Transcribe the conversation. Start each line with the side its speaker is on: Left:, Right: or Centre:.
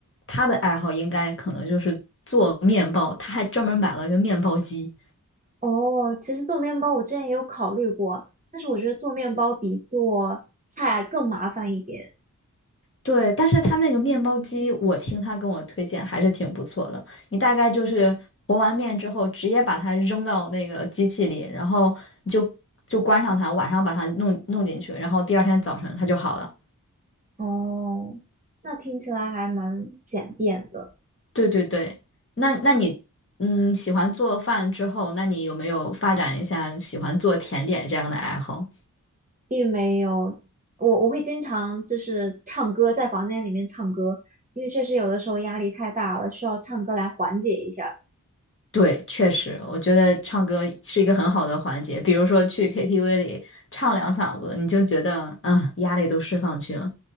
Left: 他的爱好应该可能就是做面包，他还专门买了个面包机。
Right: 哦，其实做面包我之前也有考虑过，但是我觉得做面包比做菜更麻烦一点。
Left: 对，但是他那个面包机，我听他跟我推荐还是挺不错的。你大概就是和完面之后，直接把它扔到那个机器里，然后你就就关上它，晚上把它弄弄进去，然后第二天早晨它就好了。
Right: 哦，那听起来还蛮简便的，
Left: 对对对，那那你嗯喜欢做饭之后，那你有没有发展一下喜欢做甜点这样的爱好？
Right: 并没有我我会经常就是唱歌，在房间里面唱歌，因为确实有的时候压力太大了，需要唱歌来缓解一下。
Left: 对，确实，我觉得唱歌是一个很好的环节，比如说去 KTV 里唱两嗓子，你就觉得嗯压力都释放去了。